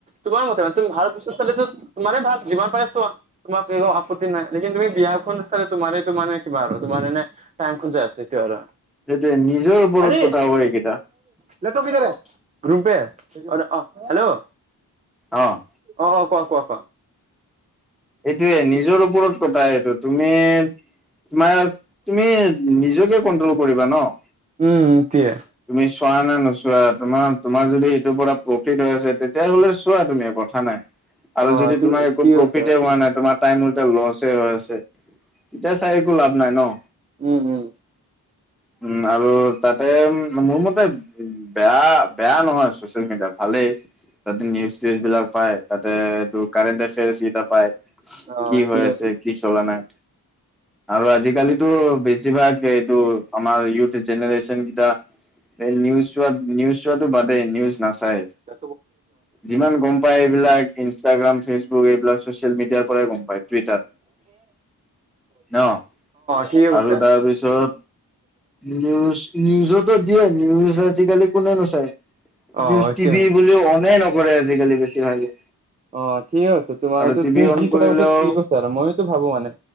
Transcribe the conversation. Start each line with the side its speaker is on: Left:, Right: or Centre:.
Right: তোমাৰ মতে মানে তুমি ভালত বস্তু চালে টো তোমাৰ ভাল যিমান পাৰে চোৱা তোমাক এনেও আপত্তি নাই লেকিন তুমি বিয়াখন চাগে তোমাৰে তো মানে কিবা আৰু। মানে এনে টাইমখন যায় আছে এতিয়া আৰু।
Centre: সেইটোৱে নিজৰ ওপৰত
Right: আৰে
Centre: কথা সেইকেইটা
Right: <unintelligible> অ হেল্ল'
Centre: অহ
Right: অ কোৱা কোৱা কোৱা?
Centre: এইটোৱে, নিজৰ ওপৰত কথা এইটো। তুমি তোমাৰ-
Right: কোৱা
Centre: তুমি নিজকে কন্ট্ৰল কৰিবা ন'?
Right: উম', তিয়ে।
Centre: তুমি চোৱা নে নোচোৱা? তোমাৰ- তোমাৰ যদি এইটোৰ পৰা প্ৰফিট হৈ আছে, তেতিয়াহলে চোৱা তুমি। কথা নাই। আৰু
Right: অ
Centre: যদি
Right: তুমি
Centre: তোমাৰ একো
Right: ঠিক
Centre: প্ৰ
Right: আছে
Centre: নাই, তোমাৰ টাইম উল্টা লছ হে হৈ আছে, তেতিয়া চাই একো লাভ নাই ন'?
Right: উম উম
Centre: উম, আৰু তাতে মোৰ মতে উম বেয়া- বেয়া নহয় ছচিয়েল মেডিয়া ভালে। তাতে নিউজ-তিউজবিলাক পায়, তাতে তোৰ কাৰেণ্ট এফেৰ্ছ কিটা পায়।
Right: অ
Centre: কি হৈ
Right: ঠিক
Centre: আছে, কি চলা নাই। আৰু আজিকালিতো বেছিভাগ এইটো আমাৰ ইউথ জেনেৰেছনকিটা সে নিউজ চোৱাত নিউজ চোৱাটো বাদেই, নিউজ নাচায়ে।
Right: অ
Centre: যিমান গম পায় এইবিলাক ইনছ্ ষ্টাগ্ৰাম, ফেচবুক এইবিলাক ছ'চিয়েল মিডিয়াৰ পৰাই গম পায়। টুইটাৰ অ',
Right: ঠিকে কৈছা
Centre: আৰু তাৰপিছত নিউজ- নিউজতো দিয়ে। নিউজ আজিকালি কোনেনো চায়?
Right: অ
Centre: নিউজ
Right: এতিয়া
Centre: টিভি বুলি অ'নেই নকৰে, আজিকালি বেছিভাগে।
Right: অ', ঠিকে কৈছে। তোমাৰ
Centre: আৰু
Right: তো
Centre: টিভি
Right: তুমি
Centre: অন
Right: যি
Centre: কৰিলেও
Right: কথা কৈছা, ঠিক কৈছা আৰু মইও এটো ভাবো মানে।